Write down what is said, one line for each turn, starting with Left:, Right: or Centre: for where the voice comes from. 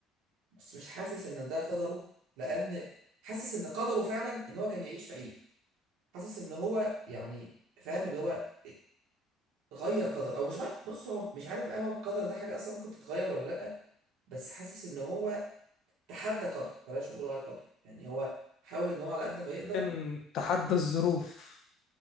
Right: بس مش حاسس إن ده قدره لأن حاسس إن قدره فعلا إن هو كان يعيش فقير حاسس إن هو يعني فاهم اللي هو غير قدر أو مش غير بص هو مش عارف بقى هو القدر ده حاجة أصلا ممكن تتغير ولا لأ بس حاسس إن هو تحدى قدره بلاش نقول غير قدره يعني هو حاول ان هو على قد ما يقدر
Left: كان تحدى الظروف